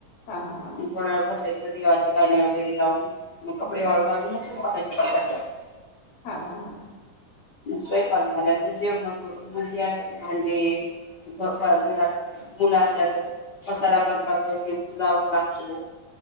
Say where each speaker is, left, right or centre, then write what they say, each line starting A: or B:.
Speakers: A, on the left (about 55°); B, on the left (about 85°).
A: हा हा हा
B: म थोडा वेळ बसायचं तेवाचे गाणी वगैरे लावून मग
A: हम्म
B: कपडे वाळू घालून मगकाय <unintelligible>
A: हा हा हा हा.
B: स्वयंपाक झाल्यांत जेवण करून मग अस भांडे घरात मुलं असल्या तर पसार करतातच तोच लावा लागतो.